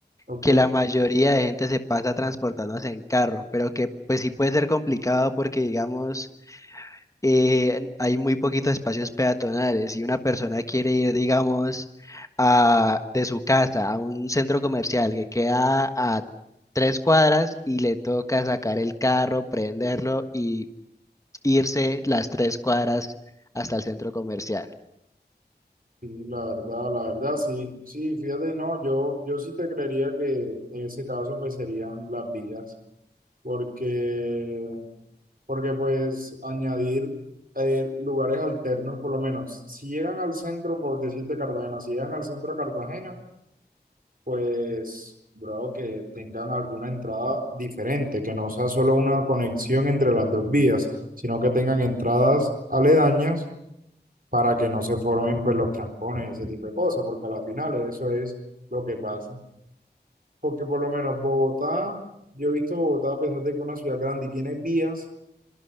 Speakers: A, on the right; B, on the left.
A: Ok,
B: que la mayoría de gente se pasa transportándose en carro, pero que pues sí puede ser complicado porque, digamos, eh, hay muy poquitos espacios peatonales y una persona quiere ir, digamos, a, de su casa a un centro comercial que queda a tres cuadras y le toca sacar el carro, prenderlo y irse las tres cuadras hasta el centro comercial.
A: sí, la verdad, la verdad, sí, sí, fíjate, no, yo, yo sí te creería que en ese caso pues serían las vías, porque, porque pues añadir eh, lugares alternos, por lo menos, si llegan al centro, por decirte Cartagena, si llegan al centro de Cartagena, pues, bro, que tengan alguna entrada diferente, que no sea solo una conexión entre las dos vías, sino que tengan entradas aledañas para que no se formen pues los trancones, ese tipo de cosas, porque a la final eso es lo que pasa. Porque por lo menos Bogotá, yo he visto Bogotá, a pesar de que es una ciudad grande y tiene vías,